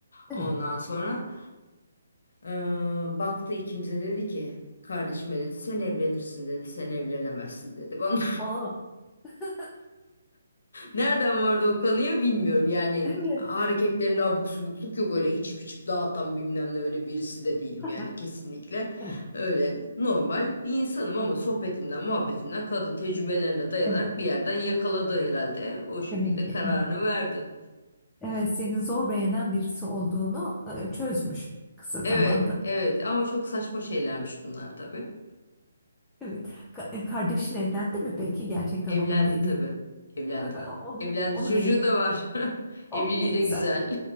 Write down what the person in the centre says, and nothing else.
Değil
mi?
Oo. <laughs>
Evet.
Ha,
ha.
Evet.
Evet.
Demek ki
evet.
Evet, senin zor beğenen birisi olduğunu e, çözmüş kısa zamanda.
Evet. Ka- e, Kardeşin evlendi mi peki gerçekten
onun dediği
<laughs> Onun,
onun
evi.
Oh
ne güzel.